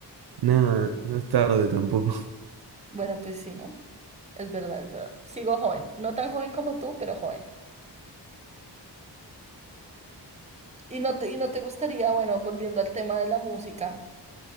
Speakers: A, on the right; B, on the right.
A: Nada, no es tarde tampoco.
B: Bueno, pues sí, ¿no? Es verdad, es verdad. Sigo joven, no tan joven como tú, pero joven. Y no te, y no te gustaría, bueno, volviendo al tema de la música,